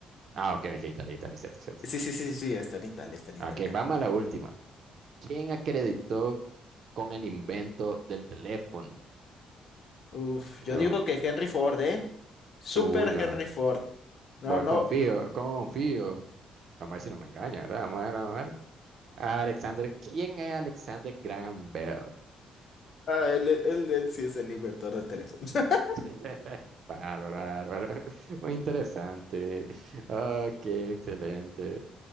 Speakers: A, on the right; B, on the left.
A: Ah, ok, ok, Italia, Italia, es cierto, es cierto.
B: Sí, sí, sí, sí, está en Italia, está en Italia.
A: Ok, vamos a la última. ¿Quién acreditó con el invento del teléfono?
B: Uf, yo
A: Yo,
B: digo que Henry Ford, ¿eh? Super
A: tú, yo
B: Henry
A: no.
B: Ford. No,
A: Voy,
B: no,
A: confío, confío. Vamos a ver si no me engaña, ¿verdad? Vamos a ver, vamos a ver. Alexander, ¿quién es Alexander Graham Bell?
B: ah, él, él, él sí es el inventor del teléfono. <laughs>
A: <laughs> Bárbaro, bárbaro. Muy interesante. Ok, excelente.